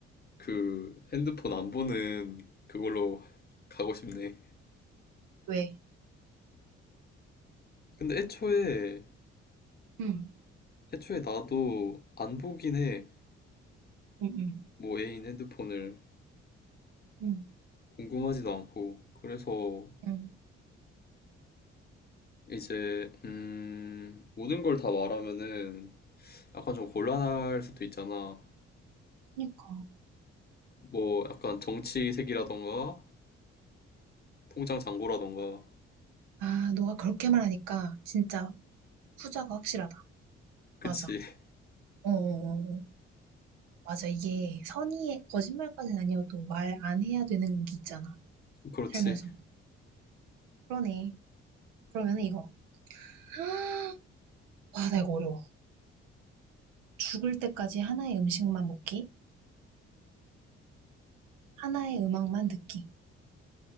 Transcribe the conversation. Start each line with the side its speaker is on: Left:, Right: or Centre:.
Left: 그 핸드폰 안 보는 그걸로 <laughs> 가고 싶네.
Right: 왜?
Left: 근데 애초에
Right: 응,
Left: 애초에 나도 안 보긴 해.
Right: 응, 응.
Left: 뭐 애인 핸드폰을
Right: 응,
Left: 궁금하지도 않고. 그래서
Right: 응.
Left: 이제 음, 모든 걸 다 말하면은 약간 좀 곤란할 수도 있잖아.
Right: 그니까.
Left: 뭐 약간 정치색이라던가 통장 잔고라던가.
Right: 아, 너가 그렇게 말하니까 진짜 후자가 확실하다.
Left: 그치.
Right: 맞아.
Left: <laughs>
Right: 어어어. 맞아. 이게 선의의 거짓말까지는 아니어도 말 안 해야 되는 게 있잖아.
Left: 그렇지.
Right: 살면서. 그러네. 그러면 이거. <gasps> 와, 나 이거 어려워. 죽을 때까지 하나의 음식만 먹기, 하나의 음악만 듣기.